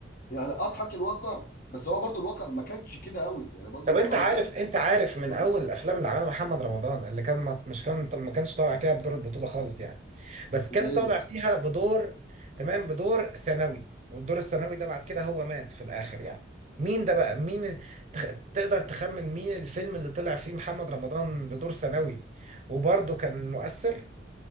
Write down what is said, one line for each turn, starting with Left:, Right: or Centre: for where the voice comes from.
Left: يعني اضحك الواقع بس هو برضو الواقع ما كانش كده قوي يعني برضو
Right: طب
Left: الواقع
Right: انت عارف
Left: ما كانش
Right: انت عارف من
Left: مم.
Right: اول الافلام اللي عملها محمد رمضان اللي كان ما مش كان ما كانش طالع فيها بدور البطولة خالص يعني بس كان
Left: ده ايه
Right: طالع
Left: ده
Right: فيها بدور تمام بدور ثانوي والدور الثانوي ده بعد كده هو مات في الاخر يعني مين ده بقى مين تخ... تقدر تخمن مين الفيلم اللي طلع فيه محمد رمضان بدور ثانوي وبرضه كان مؤثر